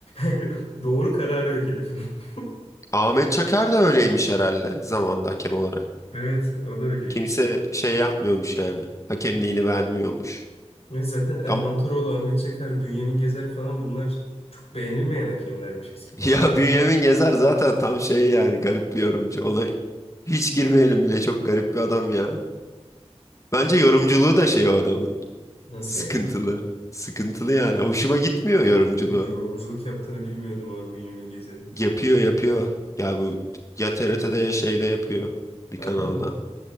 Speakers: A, on the left (about 65°); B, on the left (about 30°).
A: <laughs> Doğru kararı yok herifin. <laughs>
B: Ahmet Çakar da öyleymiş herhalde zamanda hakem olarak.
A: Evet, o da öyleymiş.
B: Kimse şey yapmıyormuş yani. Hakemliğini beğenmiyormuş.
A: Ve Zaten Erman
B: Tam,
A: Toroğlu, Ahmet Çakar, Bünyamin Gezer falan bunlar çok beğenilmeyen hakemlermiş eskiden.
B: <laughs> ya Bünyamin Gezer zaten tam şey yani garip bir yorumcu. Ona hiç girmeyelim bile çok garip bir adam ya. Bence yorumculuğu da şey o adamın.
A: Nasıl
B: Sıkıntılı.
A: yani?
B: Sıkıntılı yani. Hoşuma gitmiyor yorumculuğu.
A: Yorumculuk yaptığını bilmiyordum abi Bünyamin Gezer'in.
B: Yapıyor yapıyor. Ya bu ya TRT'de ya şeyde yapıyor. Bir
A: Harbi
B: kanalda.
A: mi?